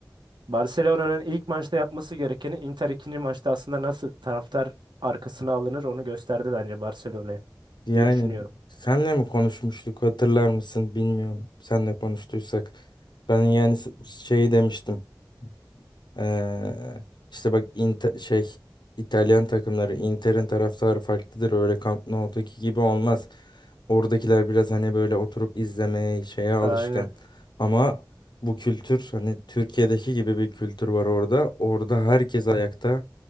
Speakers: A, on the right; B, on the left.
A: Barcelona'nın ilk maçta yapması gerekeni Inter ikinci maçta aslında nasıl taraftar arkasına alınır onu gösterdi bence Barcelona'ya
B: Yani
A: diye düşünüyorum.
B: senle mi konuşmuştuk hatırlar mısın bilmiyorum. Senle konuştuysak ben yani s- şey demiştim. Ee, işte bak İnte- şey İtalyan takımları Inter'in taraftarı farklıdır. Öyle Camp Nou'daki gibi olmaz. Oradakiler biraz hani böyle oturup izlemeye şeye alışkın.
A: Aynen.
B: Ama bu kültür hani Türkiye'deki gibi bir kültür var orada. Orada herkes ayakta.